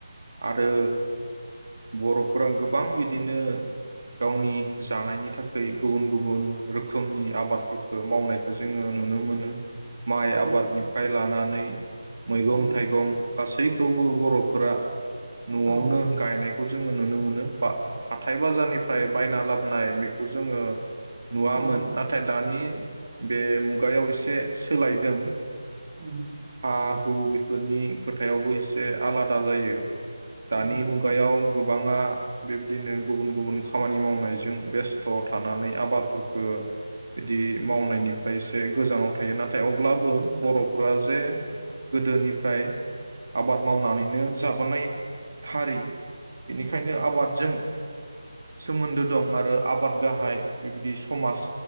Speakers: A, on the right; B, on the right.
A: आरो बर'फोरा गोबां बिदिनो गावनि जानायनि थाखाय गुबुन गुबुन रोखोमनि आबाद मावनायखौ जोङो नुनो मोनो माइ
B: औ
A: आबादनिफ्राय लानानै नै मैगं
B: औ
A: थाइगं गासैखौबो बर'फोरा न'आवनो
B: औ
A: गायनाय खौ जोङो नुनो मोनो। हाथाय बाजारनिफ्राय बायना लाबोनाय बेखौ जोङो। नुवामोन
B: उम उम
A: नाथाय दानि बे मुगायाव एसे सोलायदों
B: उम
A: हा हु बेफोरनि खोथायावबो एसे आलादा जायो दानि
B: उम
A: मुगायाव गोबाङा बेबायदिनो गुबुन गुबुन खामानि मावनायजों बेस्थ' थानानै आबादफोरखो बिदि मावनायनिफ्राय एसे गोजानाव थायो। नाथाय नाथाय अब्लाबो बर'फ्रा जे गोदोनिफ्राय आबाद मावनानैनो जाबोनाय हारि बेनिखायनो
B: औ
A: आबादजों सोमोन्दो दं आरो आबाद गाहाय बेबायदि समाज